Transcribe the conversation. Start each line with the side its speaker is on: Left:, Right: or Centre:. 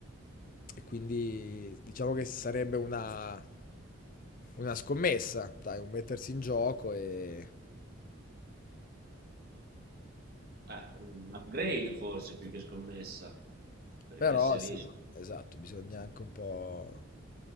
Left: e quindi diciamo che sarebbe una una scommessa, dai, un mettersi in gioco e...
Right: Eh, un upgrade forse più che scommessa, perché
Left: Però
Right: se riesci
Left: sì, Mhm. esatto, bisogna anche un po'...